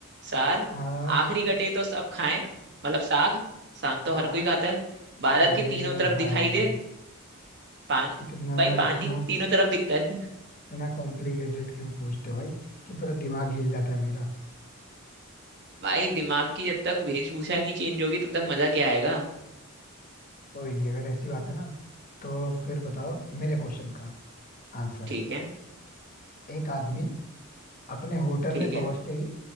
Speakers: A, on the right; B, on the left.
A: सार
B: <laughs> हाँ
A: आखिरी कटे तो सब खाएं मतलब साग साग
B: हाँ
A: तो हर कोई खाता है भारत
B: अरे
A: की तीनों तरफ
B: भाई
A: दिखाई दे पानी
B: इतना
A: भाई पानी
B: इतना
A: तीनों तरफ दिखता है
B: इतना कॉम्प्लिकेटेड क्यों पूछते हो भाई कि पूरा दिमाग हिल जाता है मेरा
A: भाई दिमाग की जब तक वेशभूषा नहीं चेंज होगी तब तक मजा क्या आएगा
B: कोई नहीं अगर ऐसी बात है ना तो फिर बताओ मेरे क्वेश्चन का आंसर
A: ठीक है
B: एक आदमी अपने होटल
A: ठीक
B: में पहुंचते
A: है
B: ही